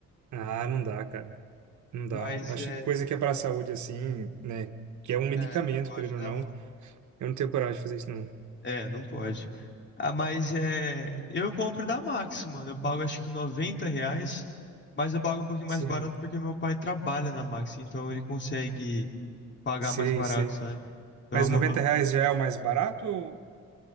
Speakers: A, on the right; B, on the left.
A: Ah, não dá, cara. Não
B: Mas
A: dá. Acho
B: é.
A: que coisa que é para a saúde, assim, né? Que é um medicamento,
B: É, não pode,
A: querendo
B: né,
A: ou não.
B: mano?
A: Eu não tenho coragem de fazer isso, não.
B: É, não pode. Ah, mas é. Eu compro da Max, mano. Eu pago acho que 90 reais, mas eu pago um pouquinho
A: Sei.
B: mais barato porque meu pai trabalha na Max, então ele consegue pagar
A: Sei,
B: mais barato,
A: sei.
B: sabe? Então
A: Mas
B: é uma.
A: 90
B: va-
A: reais já é o mais barato? ou-